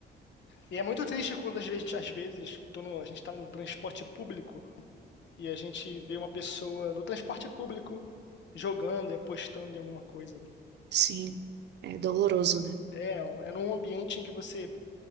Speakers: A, on the left; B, on the right.
A: E é muito triste quando às vezes, às vezes tô no- a gente está no transporte público e a gente vê uma pessoa no transporte público jogando, é postando em alguma coisa. velho.
B: Sim, é doloroso, né?
A: É, é num ambiente em que você